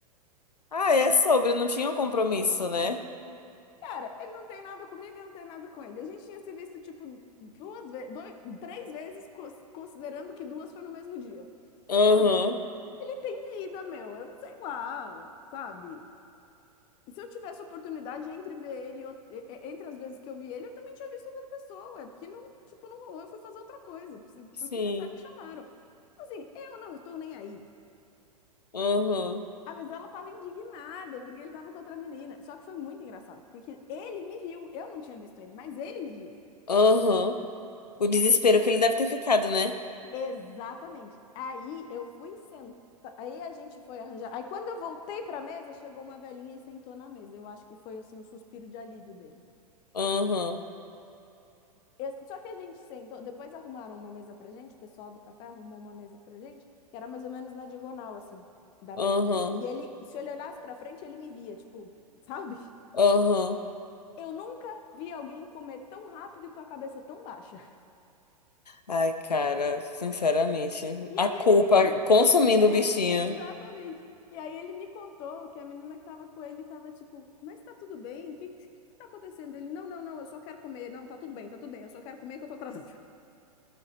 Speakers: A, on the left; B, on the left.
A: Ah, é sobre, não tinha um compromisso, né?
B: Cara, ele não tem nada comigo e não tem nada com ele. A gente tinha se visto, tipo, duas vezes, dois, três vezes, cons- considerando que duas foi no mesmo dia.
A: Uhum,
B: Sabe? Ele tem vida, meu. Eu sei lá, sabe? E se eu tivesse oportunidade entre ver ele, e out- e- e- entre as vezes que eu vi ele, eu também tinha visto outra pessoa. É porque não, tipo, não rolou, eu fui fazer outra coisa,
A: sim,
B: porque até me chamaram. Então, assim, eu não estou nem aí.
A: uhum.
B: Ah, mas ela tava indignada, porque ele tava com outra menina. Só que foi muito engraçado, porque ele me viu. Eu não tinha visto ele, mas ele me viu.
A: Aham. O desespero
B: E
A: que
B: eu-
A: ele deve ter ficado, né?
B: Exatamente. Aí eu fui sentar. Aí a gente foi arranjar. Aí quando eu voltei pra mesa, chegou uma velhinha e sentou na mesa. Eu acho que foi assim o suspiro de alívio dele.
A: Aham,
B: Esse- Só que a gente sentou. Depois arrumaram uma mesa pra gente, o pessoal do café arrumou uma mesa pra gente, que era mais ou menos na diagonal, assim, da
A: aham,
B: mesa dele. E ele, se ele olhasse pra frente, ele me via, tipo, <laughs> sabe?
A: aham.
B: Eu nunca vi alguém comer tão rápido e com a cabeça tão baixa.
A: Ai, cara, sinceramente,
B: E
A: a
B: aí
A: culpa
B: ele me contou.
A: consumindo
B: É,
A: o bichinho.
B: exatamente. E aí ele me contou que a menina que tava com ele tava tipo, mas tá tudo bem? O que, que que tá acontecendo? Ele, não, não, não, eu só quero comer. Não, tá tudo bem, tá tudo bem, eu só quero comer que eu tô atrasada. <laughs>